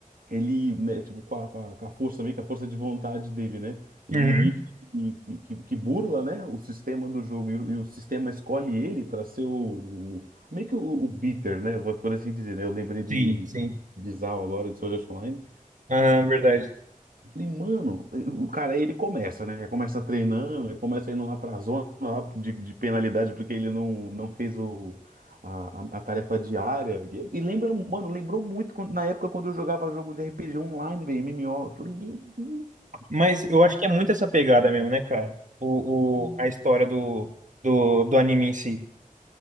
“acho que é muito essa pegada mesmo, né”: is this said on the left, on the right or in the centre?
Right